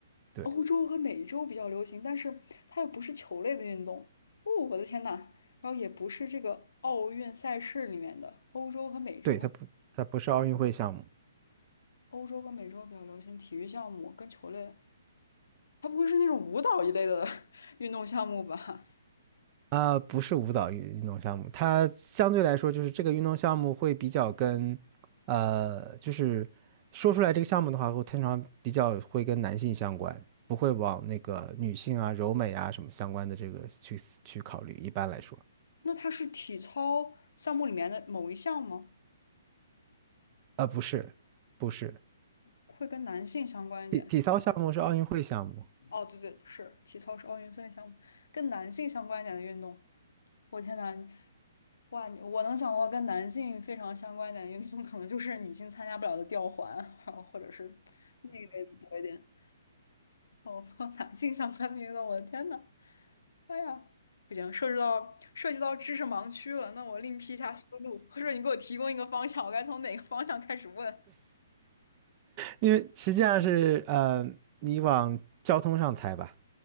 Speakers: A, on the right; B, on the left.
A: 对，
B: 欧洲和美洲比较流行，但是它又不是球类的运动。哦，我的天呐，然后也不是这个奥运赛事里面的欧洲和美洲，
A: 对，它不，它不是奥运会项目
B: 欧洲跟美洲比较流行体育项目跟球类，它不会是那种舞蹈一类的 <laughs> 运动项目吧？
A: 啊、不是舞蹈运运动项目。它相对来说就是这个运动项目会比较跟，呃，就是说出来这个项目的话，会通常比较会跟男性相关，不会往那个女性啊、柔美啊什么相关的这个去去考虑。一般来说，
B: 那它是体操项目里面的某一项吗？
A: 啊、不是，不是
B: 会跟男性相关一点？
A: 体体操项目是奥运会项目。
B: 哦，对对，是体操是奥运会项目，跟男性相关一点的运动。我天呐，哇，你我能想到跟男性非常相关一点的运动，可能就是女性参加不了的吊环，然后或者是那个类的多一点。哦，<laughs> 男性相关的运动，我的天呐，哎呀，不行，涉及到涉及到知识盲区了。那我另辟一下思路，或者你给我提供一个方向，我该从哪个方向开始问？
A: 因为实际上是呃，你往交通上猜吧。